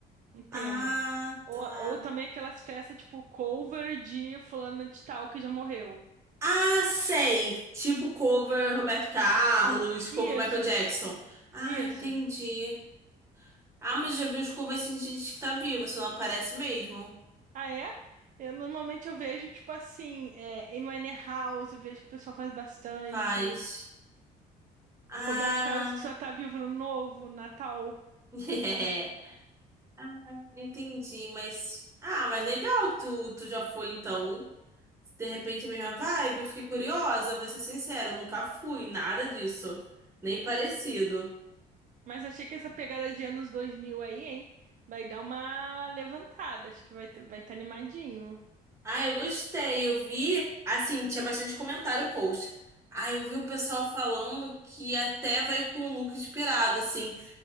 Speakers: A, on the right; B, on the right.
A: Um tema.
B: Ah,
A: Ou,
B: tá.
A: ou também aquelas festas, tipo, cover de fulana de tal que já morreu.
B: Ah, sei. Tipo cover Roberto Carlos, cover
A: Isso,
B: Michael Jackson. Ah,
A: isso.
B: entendi. Ah, mas já vi uns covers assim de gente que tá viva, só não aparece mesmo.
A: Ah, é? Eu normalmente eu vejo, tipo assim, é, Amy Winehouse, eu vejo que o pessoal faz bastante.
B: Faz. Ah,
A: Roberto Carlos, que só tá vivo no novo, Natal.
B: <laughs> é. Ah, entendi, mas. Ah, mas legal, tu, tu já foi então. Se de repente é a mesma vibe, eu fiquei curiosa, vou ser sincero, nunca fui, nada disso. Nem parecido.
A: Mas achei que essa pegada de anos 2000 aí, hein? Vai dar uma levantada, acho que vai estar vai tá animadinho.
B: Ah, eu gostei, eu vi. Assim, tinha bastante comentário o post. Ah, eu vi o pessoal falando que até vai com o look inspirado, assim.